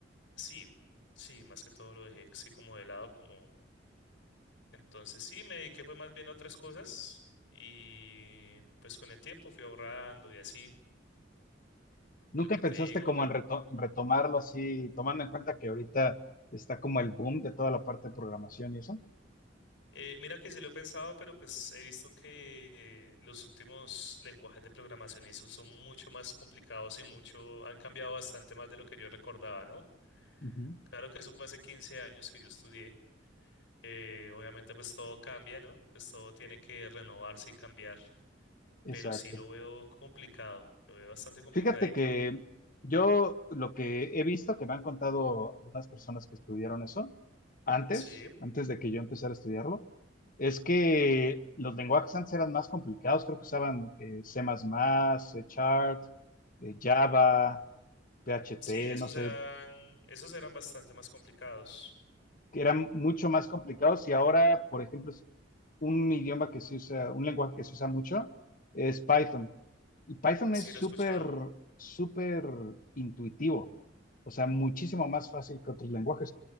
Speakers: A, on the left; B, on the left.
A: Sí, sí, más que todo lo dejé así como de lado, como... Entonces sí, me dediqué fue más bien a otras cosas y pues con el tiempo fui ahorrando y así.
B: ¿Nunca
A: lo que
B: pensaste
A: te digo.
B: como en reto- en retomarlo así, tomando en cuenta que ahorita está como el boom de toda la parte de programación y eso?
A: Eh, mira que sí lo he pensado, pero pues he visto que eh, los últimos lenguajes de programación y eso son mucho más complicados y mucho, han cambiado bastante más de lo que yo recordaba, ¿no?
B: Ujú,
A: Claro que eso fue hace 15 años que yo estudié. Eh, obviamente pues todo cambia, ¿no? Pues todo tiene que renovarse y cambiar,
B: Exacto.
A: pero sí lo veo complicado, lo veo bastante complicadito.
B: Fíjate que yo lo que he visto, que me han contado algunas personas que estudiaron eso antes,
A: Sí,
B: antes de que yo empezara a estudiarlo, es que los lenguajes antes eran más complicados, creo que usaban eh, C++, C Sharp, eh, Java, PHP,
A: sí, esos
B: no sé,
A: eran, esos eran bastante más complicados.
B: que eran mucho más complicados y ahora, por ejemplo, un idioma que se usa, un lenguaje que se usa mucho es Python. Y Python
A: Sí,
B: es
A: lo
B: súper,
A: he escuchado.
B: súper intuitivo, o sea, muchísimo más fácil que otros lenguajes.